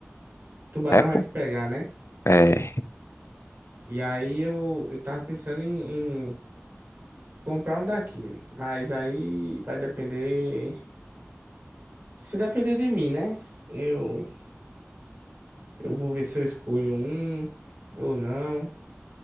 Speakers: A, on the right; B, on the left.
A: tubarão
B: É, pô?
A: vai te pegar, né?
B: É.
A: E aí eu, eu tava pensando em, em comprar um daquele, mas aí vai depender... Se depender de mim, né? Eu... Eu vou ver se eu escolho um ou não.